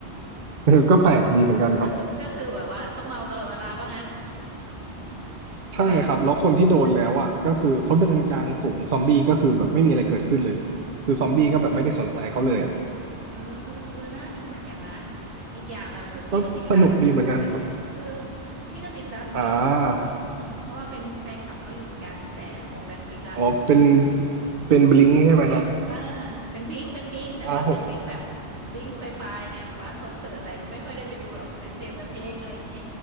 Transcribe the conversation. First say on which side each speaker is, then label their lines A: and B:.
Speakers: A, on the right; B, on the right.
A: <laughs> เออก็แปลกดีเหมือนกันครับ
B: ก็คือก็คือแบบว่าต้องเมาตลอดเวลาว่างั้นใช่ไหม
A: ใช่ครับแล้วคนที่โดนแล้วอ่ะก็คือเขาเดินกลางฝูงซอมบี้ก็คือแบบไม่มีอะไรเกิดขึ้นเลยคือซอมบี้ก็แบบไม่ได้สนใจเขาเลยอ่ะ
B: อืมเออเออน่าดูเหมือนกันนะอีกอย่างแบบก็พี่ก็ติดตามจีซูยด้วยเออ
A: ก็สนุกดีเหมือนกันครับ
B: พี่ก็ติดตามจีซู
A: อ่า
B: อืมเพราะว่าเป็นแฟนคลับเขาอยู่เหมือนกันตั้งแต่วงแบ็คพิงค์ละ
A: อ๋อเป็นเป็นบลิงใช่ไหมฮะ
B: อ่าเป็นบิงเป็นบิงแต่ว่าเป็นบิงแบบ
A: อ้าวผม
B: บิงไปปลายๆไงแบบว่าคอนเสิร์ตอะไรก็ไม่ค่อยได้ไปดูหรอกแต่เสพแต่เพลงอะไรอย่างนี้